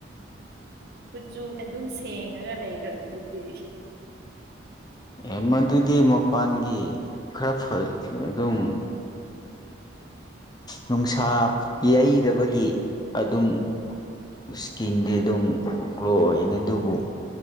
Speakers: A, on the right; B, on the left.
A: ꯀꯨꯆꯨ ꯑꯗꯨꯝ ꯁꯦꯡꯉꯒ ꯂꯩꯈ꯭ꯔꯕꯗꯨꯗꯤ
B: ꯑꯦ ꯃꯗꯨꯗꯤ ꯃꯄꯥꯟꯒꯤ ꯈꯔ ꯑꯗꯨꯝ ꯅꯨꯡꯁꯥ ꯌꯩꯗꯕꯒꯤ ꯑꯗꯨꯝ ꯏꯁꯀꯤꯟꯗꯤ ꯑꯗꯨꯝ ꯒ꯭ꯂꯣ ꯑꯣꯏꯅꯤ ꯑꯗꯨꯕꯨ